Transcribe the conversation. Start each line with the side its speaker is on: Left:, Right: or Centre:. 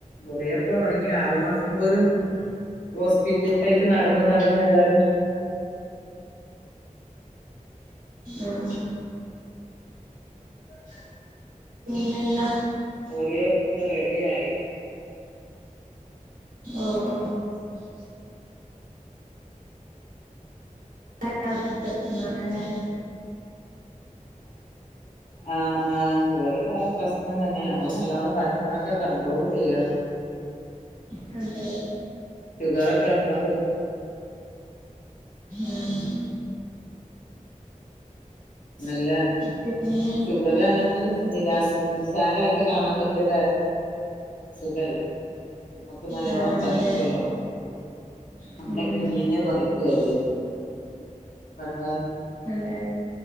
Left: മുറി ഒക്കെ ഉണങ്ങി ആറു മാസം പോലും ഹോസ്പിറ്റൽ <unintelligible> യിട്ട് നടന്ന് നടന്നേതായാലും
Right: ആ
Left: <unintelligible>
Right: ഇല്ല
Left: വീഡിയോകത്തെ റെഡിയ ആയി.
Right: ഓ
Left: <unintelligible>
Right: <unintelligible> പ്രശ്നാണ്ലെ
Left: ആ ആ് ഷുഗർണ്ടായ പ്രശ്നം തന്നെ നമ്മള് നല്ലോണം ഭക്ഷണക്കെ ക ഡ്രാൾ ചെയ്യണം.
Right: അത.
Left: ഷുഗർക്കെ നമ്മളെ കൊ
Right: ആ
Left: നല്ല.
Right: പിന്നെ
Left: ഷുഗർ ന്നെ നമ്മള് നിരാ നിസ്സാരയിട്ട് കാണാൻ പറ്റിയ രാ സുഖല്ല. നമ്മുക്ക് നല്ലോണ്ണം
Right: ആ
Left: പതിക്കുവല്ലോ.
Right: അതെ
Left: നമ്മളെ
Right: ഉം
Left: <unintelligible> നെ പഠിക്കനെ. പട്ട
Right: അതെ